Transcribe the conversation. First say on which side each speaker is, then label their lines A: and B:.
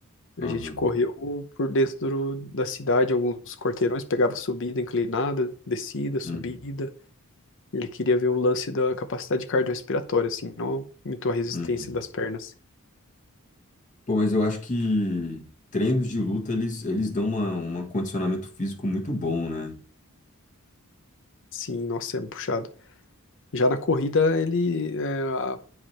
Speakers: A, on the left (about 35°); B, on the left (about 60°).
A: Aham,
B: A gente correu por dentro da cidade, alguns quarteirões, pegava subida inclinada, descida, subida.
A: uhum,
B: Ele queria ver o lance da capacidade cardiorrespiratória, assim, não muito a resistência
A: uhum.
B: das pernas.
A: Pô, mas eu acho que treinos de luta, eles, eles dão uma, um condicionamento físico muito bom, né?
B: Sim, nossa, é puxado. Já na corrida, ele, é, a-